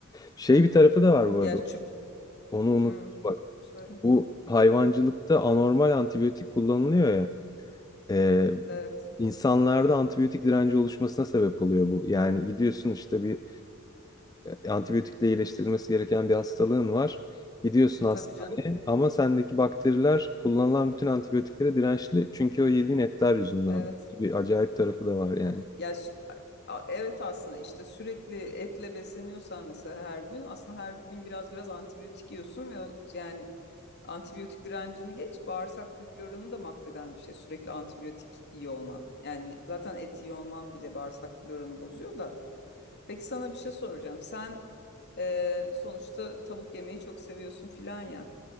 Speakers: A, on the left; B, on the left.
A: şey bir tarafı da var bu
B: Ya
A: arada.
B: şu...
A: Onu unuttum
B: Hı.
A: bak.
B: Söyle.
A: Bu hayvancılıkta anormal antibiyotik kullanılıyor ya. E,
B: Evet.
A: insanlarda antibiyotik direnci oluşmasına sebep oluyor bu. Yani gidiyorsun işte bir e, antibiyotikle iyileştirilmesi gereken bir hastalığın var. Gidiyorsun hastaneye
B: Tabii canım.
A: ama sendeki bakteriler kullanılan bütün antibiyotiklere dirençli. Çünkü o yediğin etler yüzünden.
B: Evet.
A: Bir acayip tarafı da var yani.
B: Ya sü- a- a- evet aslında işte sürekli etle besleniyorsan mesela her gün aslında her gün biraz biraz antibiyotik yiyorsun ve o, yani antibiyotik direncini geç bağırsak floranı da mahveden bir şey sürekli antibiyotik iyi olman. Yani zaten et iyi olman bile bağırsak floranı bozuyor da. Peki sana bir şey soracağım. Sen e, sonuçta tavuk yemeyi çok seviyorsun filan ya.